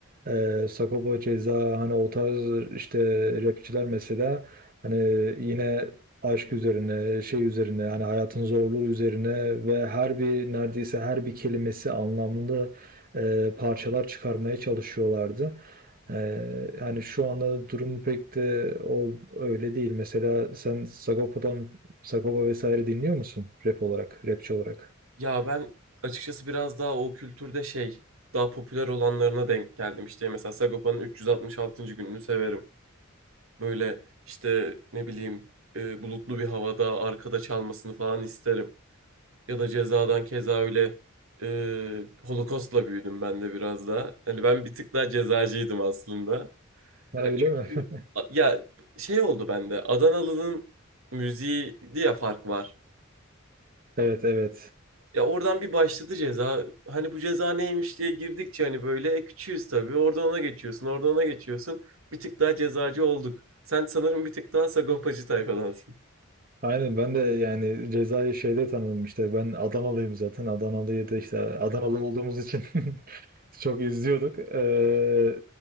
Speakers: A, on the right; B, on the right.
A: Eee Sagopa Ceza hani o tarz işte rapçiler mesela hani yine aşk üzerine şey üzerine hani hayatın zorluğu üzerine ve her bir neredeyse her bir kelimesi anlamlı eee, parçalar çıkarmaya çalışıyorlardı. Ee, yani şu anda durum pek de o, öyle değil. Mesela sen Sagopa'dan Sagopa vesaire dinliyor musun? Rap olarak, rapçi olarak.
B: Ya ben açıkçası biraz daha o kültürde şey daha popüler olanlarına denk geldim işte mesela Sagopa'nın 366. gününü severim. Böyle işte ne bileyim e, bulutlu bir havada arkada çalmasını falan isterim. Ya da cezadan keza öyle e, Holocaust'la büyüdüm ben de biraz daha. Hani ben bir tık daha cezacıydım aslında.
A: Ha, öyle
B: Ya Çünkü
A: mi? <laughs>
B: a- ya şey oldu bende Adanalı'nın müziği diye fark var.
A: Evet, evet.
B: Ya oradan bir başladı ceza. Hani bu ceza neymiş diye girdikçe hani böyle e, küçüğüz tabii. Oradan ona geçiyorsun, oradan ona geçiyorsun. Bir tık daha cezacı olduk. Sen sanırım bir tık daha sagopacı tayfadansın.
A: Aynen ben de yani cezayı şeyde tanıdım işte ben Adanalıyım zaten Adanalıyı da işte Adanalı olduğumuz için <laughs> çok izliyorduk. Ee,